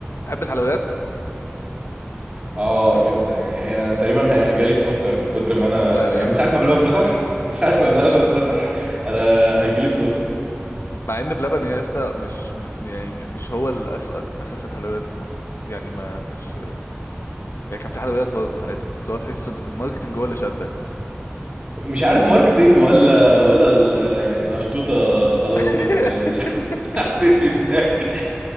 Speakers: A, on the left; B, on the right.
A: تحب الحلويات
B: اه جدا يعني هي انا تقريبا هي- جالي السكر من كتر ما انا
A: لا لا
B: يعني من
A: لا
B: ساعه ما بلبن فتح <laughs> من ساعه ما بلبن فتح انا هيجيلي السكر
A: مع ان بلبن يا اسطى مش م- يعني مش هو الأس... اساس الحلويات في مصر يعني ما مش يعني كان في حلويات برضه ساعتها بس هو تحس ال- الماركتنج هو اللي شدك مثلا
B: مش عارف ماركتينج ولا ولا ال... يعني القشطوطه خلاص
A: <laughs>
B: كده خلي <laughs> حطيت في دماغي